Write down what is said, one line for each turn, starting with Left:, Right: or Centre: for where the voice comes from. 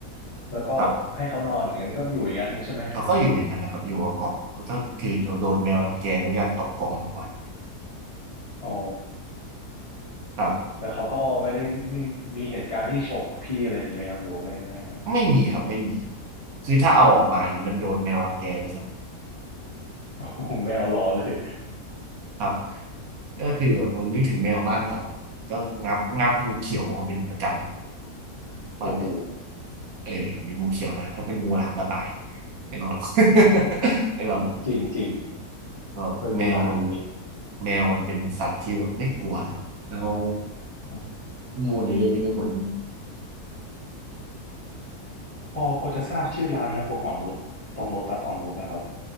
Left: แล้วก็ให้เขานอนอย่างนั้นมันก็อยู่อย่างนั้นเลยใช่ไหม
Right: ครับแล้วก็อยู่อย่างนั้นนะครับอยู่กับกล่องแล้วก็คือโดนแมวรังแกด้วยการตกกล่องบ่อย
Left: อ๋อ
Right: ๆครับ
Left: แต่เขาก็ไม่ได้ไม่ไม่มีเหตุการณ์ที่ฉกพี่อะไรอย่างนี้ไหมครับหรือว่าไม่ไม่ครับ
Right: ไม่มีครับไม่มีคือถ้าเอาออกมาเนี่ยมันโดนแมวรังแกเลยครับ
Left: อ๋อ <laughs> แมวรอเลย
Right: ครับก็คือแบบมันนึกถึงแมวบ้านเก่าก็งับงับงูเขียวมาเป็นประจำบ้านเก่า
Left: โอ้โห
Right: เออเป็นงูเขียวนะถ้าเป็นงูหลามก็ตายไม่นอนหรอก <laughs>
Left: อืม
Right: ไม่นอนหรอก
Left: จริงจริง
Right: ไม่นอนหรอกแมวมัน
Left: เคยงูหลามนี้
Right: แมวมันเป็นสัตว์ที่แบบไม่กลัวเลยแล้ว
Left: อืม
Right: งูเนี่ยเยอะที่ไม่ควร
Left: พอพอจะทราบชื่อร้านไหมครับตรงอ่อนนุชตรงโลตัสอ่อนนุชนะครับ